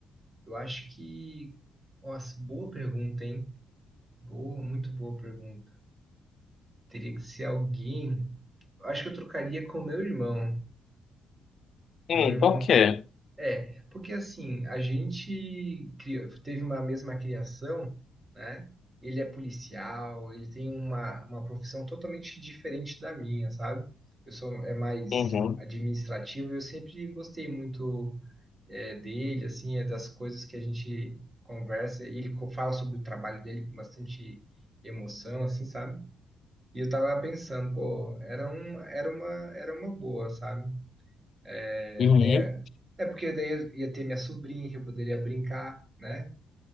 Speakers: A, on the right; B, on the left.
A: eu acho que. Nossa, boa pergunta, hein? Boa, muito boa pergunta. Teria que ser alguém. Eu Acho que eu trocaria com o meu irmão.
B: Hum,
A: Meu irmão.
B: por quê?
A: É, porque assim, a gente criou- teve uma mesma criação, né? Ele é policial, ele tem uma, uma profissão totalmente diferente da minha, sabe? Eu sou é mais
B: Uhum.
A: administrativo, eu sempre gostei muito é, dele, assim, é das coisas que a gente conversa. e Ele co- fala sobre o trabalho dele com bastante emoção, assim, sabe? E eu tava pensando, pô, era um, era uma, era uma boa, sabe? É,
B: Uhum.
A: tem, a- é porque daí eu ia ter minha sobrinha que eu poderia brincar, né?